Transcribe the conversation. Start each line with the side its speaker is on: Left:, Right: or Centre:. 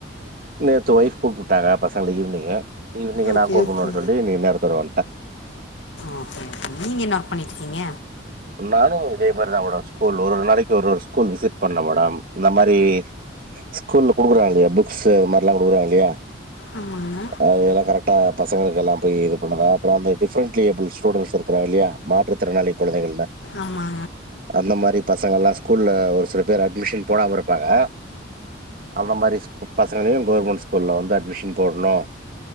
Right: நேத்து ஒய்ஃப் கூப்ட்டாங்க பசங்கள ஈவினிங்கு ஈவினிங்கு
Left: ஓகே
Right: நா கூப்புட்ணுன்
Left: ஓகே
Right: சொல்லி இன்னிக்கி நேரத்தோட வந்ட்ட
Left: ஓகே பி நீங்க என்னா ஒர்க் பண்ணிட்ருக்கீங்க
Right: நானு இதே மாரிதா மேடம் ஸ்கூல் ஒரு ஒரு நாளைக்கு ஒரு ஸ்கூல் விசிட் பண்ணு மேடம் இந்த மாரி ஸ்கூல்ல குடுக்குறாங்கல்ல புக்ஸ் இந்த மாரிலா குடுக்குறாங்க இல்லயா
Left: ஆமாங்க
Right: அதல்லா கரெக்ட்டா பசங்களுக்கு எல்லா இது பண்ணதா அப்பற அந்த டிஃப்ரென்ட்லிபிள் ஸ்டூடண்ட்ஸ் இருக்குறாங் இல்லயா மாற்றுத்திறனாளி குழந்தைகள்ல
Left: ஆமா
Right: அந்த மாரி பசங்கள்ல்லா ஸ்கூல்ல ஒரு சில பேர் அட்மிஷன் போடாம இருப்பாங்க அந்த மாரி பசங்களையு கவர்மெண்ட் ஸ்கூல்ல வந்து அட்மிஷன் போட்ணு